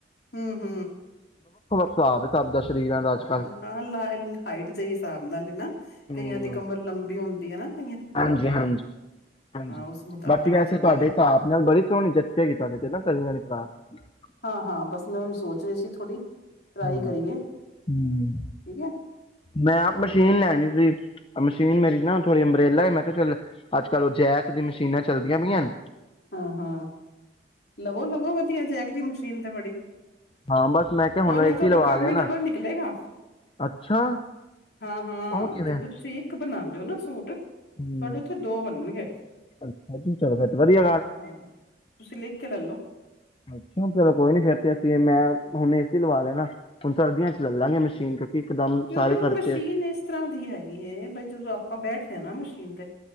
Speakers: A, on the left (about 60°); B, on the left (about 30°).
A: ਹੂੰ-ਹੂੰ
B: <unintelligible> ਕੱਲ
A: <unintelligible> ਹਾਈਟ ਦੇ ਹਿਸਾਬ ਨਾਲ ਏ ਨਾ।
B: ਹਮ
A: ਕਈਆਂ ਦੀ ਕਮਰ ਲੰਬੀ ਹੁੰਦ <unintelligible>
B: ਹਾਂਜੀ -ਹਾਂਜੀ -ਹਾਂਜੀ
A: ਉਸ ਮੁਤਾਬਿਕ
B: ਬਾਕੀ ਵੈਸੇ
A: ਹੀ ਚੱਲੇਗਾ
B: ਤੁਹਾਡੇ ਹਿਸਾਬ ਨਾਲ ਬੜੀ ਸੋਹਣੀ ਜਚੇਗੀ ਤੁਹਾਡੇ ਤੇ ਨਾ ਕਲੀਆਂ ਵਾਲੀ ਫਰਾਕ। <inaudible>
A: ਹਾਂ ਹਾਂ ਬਸ ਮੈਂ ਉਹੀ ਸੋਚ ਰਹੀ ਸੀ ਥੋੜ੍ਹੀ ਟਰਾਈ
B: ਹਮ
A: ਕਰੀਏ ਠੀਕ
B: ਹਮ
A: ਹੈ।
B: ਮੈਂ ਆਪ
A: ਤੇ
B: ਮਸ਼ੀਨ ਲੈਣੀ ਸੀ। ਮਸ਼ੀਨ ਮੇਰੀ ਨਾ ਥੋੜ੍ਹੀ ਅੰਬਰੇਲਾ ਮੈਂ ਕਿਹਾ ਚੱਲ ਅੱਜ ਕੱਲ੍ਹ ਉਹ ਜੈਕ ਦੀਆਂ ਮਸ਼ੀਨਾਂ ਚੱਲਦੀਆਂ ਪਈਆਂ ਨੇ।
A: ਹਾਂ -ਹਾਂ ਲਵੋ- ਲਵੋ ਵਧੀਆ ਜੈਕ ਦੀ ਮਸ਼ੀਨ ਤੇ ਬੜੀ
B: ਹਾਂ ਬਸ ਮੈਂ ਕਿਹਾ
A: ਉਹਦੇ
B: ਹੁਣ
A: ਨਾਲ
B: ਏਸੀ
A: ਤੁਹਾਡਾ
B: ਲਵਾ
A: ਕੰਮ
B: ਲਿਆ
A: ਹੀ
B: ਨਾ
A: ਡਬਲ ਨਿਕਲੇਗਾ
B: ਅੱਛਾ
A: ਹਾਂ- ਹਾਂ
B: ਉਹ ਕਿਵੇਂ
A: ਜ ਤੁਸੀਂ ਕਿ ਬਣਾਉਂਦੇ ਹੋ ਨਾ ਸੂਟ
B: ਹੂੰ
A: ਤੁਹਾਡੇ ਉੱਥੇ ਦੋ ਬਣਨਗੇ
B: ਅੱਛਾ ਚਲੋ ਫਿਰ ਵਧੀਆ,
A: ਹਾਂ ਤੁਸੀਂ ਲਿਖ ਕੇ ਲੈਲੋ
B: ਅੱਛਾ, ਚਲੋ ਕੋਈ ਨੀ ਫੇਰ ਤੇ ਅਸੀਂ ਮੈਂ, ਹੁਣ ਏਸੀ ਲਵਾ ਲੈਣਾ ਹੁਣ ਸਰਦੀਆਂ ਚ ਲੈਲਾਗੇ ਮਸ਼ੀਨ ਕਿਉਂਕਿ, ਇੱਕਦਮ
A: ਕਿਉਂਕਿ
B: ਸਾਰੇ
A: ਉਹ
B: ਖਰਚੇ
A: ਮਸ਼ੀਨ ਇਸ ਤਰ੍ਹਾਂ ਦੀ ਹੈਗੀ ਹੈ, ਵੀ ਜਦੋਂ ਆਪਾਂ ਬੈਠ ਹੈ ਨਾ ਮਸ਼ੀਨ ਤੇ,